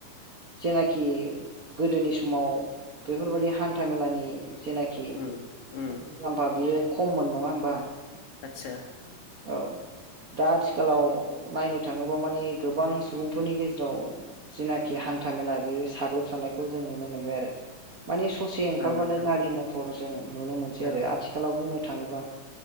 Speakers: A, on the right; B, on the left.
A: जेनाखि गोदोनि समाव बेफोर बायदि हान्था मेलानि जेनाखि
B: उम उम
A: मुलाम्फा बियो खममोन नङा होमबा
B: आतसा
A: औ दा आथिखालाव नायनो थाङोबा माने गोबां सुबुंफोरनि गेजेराव जिनाखि हा हान्था मेला बेयो साग्लोब सारनायखौ जों नुनो मोनबाय आरो माने ससे ओंखारबानो
B: औ नोंथां
A: गारि मथर जों नुनो मोनसै
B: औ
A: आरो आथिखालाव बुंनो थाङोबा